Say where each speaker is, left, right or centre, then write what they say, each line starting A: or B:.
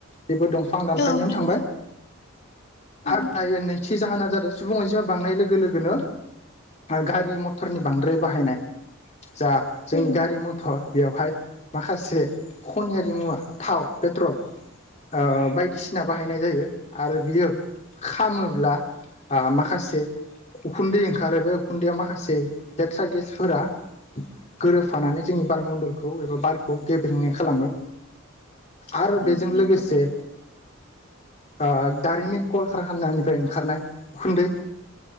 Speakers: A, on the left; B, on the left.
A: बेबो दंफां दानफायनायावनो
B: औ नंगौ
A: थांबाय
B: उम
A: आदाय नैथि जाहोना जादों सुबुं अनजिमा बांनाय लोगो लोगोनो गारि मथरनि बांद्राय बाहायनाय जा जोंनि
B: उम
A: गारि मथर बेवहाय माखासे खनियारि मुवा थाव पेट्रल ओ बायदिसिना बाहायनाय जायो। आरो बियो खामोब्ला ओ माखासे उखुन्दै ओंखारो बे खुन्दैया माखासे लेथ्रा गेसफोरा गोरोबफानानै जोंनि बार म्न्दलखौ एबा बारखौ गेब्रेंनाय खालामो आरो बेजों
B: औ नंगौ
A: लोगोसे ओ दारिमिन कलक खामनिफ्राय ओंखारनाय उखुन्दै